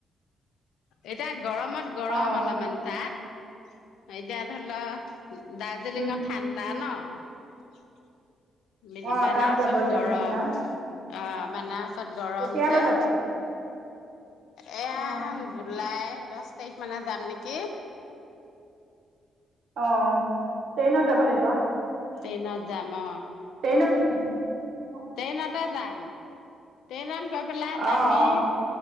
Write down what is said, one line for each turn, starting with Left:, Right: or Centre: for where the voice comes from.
Left: এতিয়া গৰমত গৰম
Right: অ',
Left: অলপমান তাত। এতিয়া ধৰি ল দাৰ্জিলিং
Right: উম,
Left: ঠাণ্ডা ন। <unintelligible>
Right: অ',
Left: বানাৰসত
Right: তাত যাব এতিয়া
Left: গৰম
Right: ঠাণ্ডা।
Left: ।আহ, বানাৰসত গৰম
Right: কেতিয়ালৈ
Left: যে।
Right: যাব?
Left: এয়া
Right: অ',
Left: জুলাই দহ তাৰিখ মানে যাম নেকি?
Right: অ, ট্ৰেইনত যাব লাগিব।
Left: ট্ৰেইনত যাম অ।
Right: <unintelligible>
Left: ট্ৰেইনতে যাম। ট্ৰেইনত। ক পেলা
Right: অ',
Left: নামি।